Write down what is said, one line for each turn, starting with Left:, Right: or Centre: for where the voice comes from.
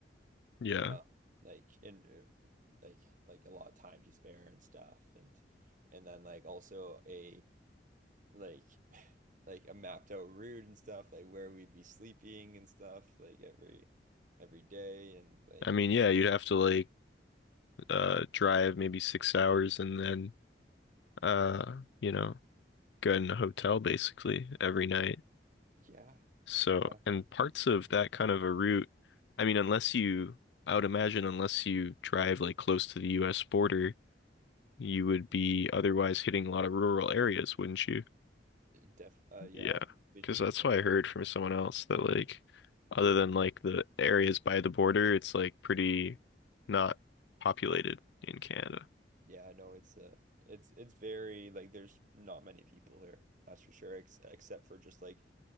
Left: <laughs> yeah
Right: Um, like in uh, like like a lot of time to spare and stuff and and then like also a like <laughs> like a mapped out route and stuff, like where we'd be sleeping and stuff like every every day and like
Left: I mean yeah you'd have to like uh drive maybe six hours and then uh you know go in a hotel basically every night
Right: yeah.
Left: so
Right: Yeah,
Left: and parts of that kind of a route I mean unless you I would imagine unless you drive like close to the US border you would be otherwise hitting a lot of rural areas wouldn't you
Right: Def, uh, yeah,
Left: Yeah,
Right: good
Left: because
Right: hit,
Left: that's
Right: hitting
Left: what I heard
Right: up.
Left: from someone else that like, other than like the areas by the border, it's like pretty not populated in Canada.
Right: Yeah, I know it's uh, it's it's very like there's not many people here, that's for sure, ex except for just like